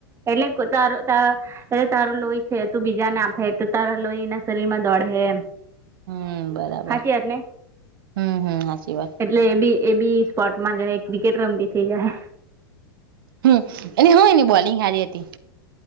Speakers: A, on the right; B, on the right.
A: એટલે તારો ત અરે, તારું લોહી છે તું બીજાને આપહે તારા લોહી એના શરીરમાં દોડહે એમ.
B: હમ્મ બરાબર,
A: હાચી વાત ને
B: હમ્મ હાચી વાત.
A: એટલે એ બી એ બી સ્પોર્ટમાં જહે ક્રિકેટ રમતી થઇ જાહે.
B: હમ્મ, એની હું એની બોલિંગ હારી હતી.